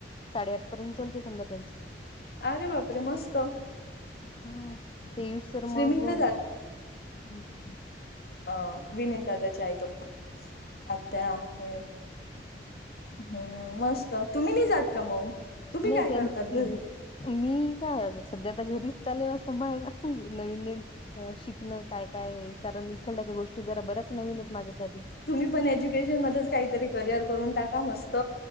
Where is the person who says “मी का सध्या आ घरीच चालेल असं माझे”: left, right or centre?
Left